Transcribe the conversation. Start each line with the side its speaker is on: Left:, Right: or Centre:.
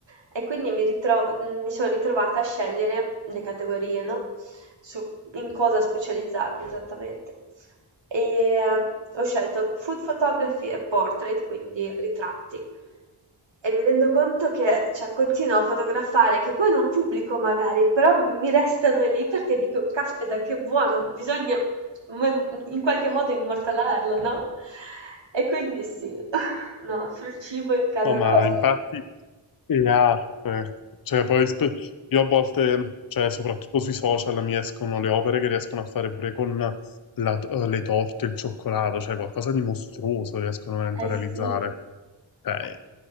Right: e quindi mi, ritro- mi sono ritrovata a scegliere le categorie, no? Su in cosa specializzarmi esattamente. E eh, ho scelto food photography e portrait, quindi ritratti. E mi rendo conto che, cioè, continuo a fotografare, che poi non pubblico magari, però mi restano lì perché dico, caspita, che buono, bisogna mem- in qualche modo immortalarlo, no? E quindi sì, <laughs> no, sul cibo in casa
Left: No, ma
Right: nostra.
Left: infatti Le arte, cioè poi spe- io a volte, cioè soprattutto sui social mi escono le opere che riescono a fare pure con la- eh, le torte, il cioccolato, cioè qualcosa di mostruoso riescono veramente
Right: Eh
Left: a
Right: sì,
Left: realizzare. Cioè,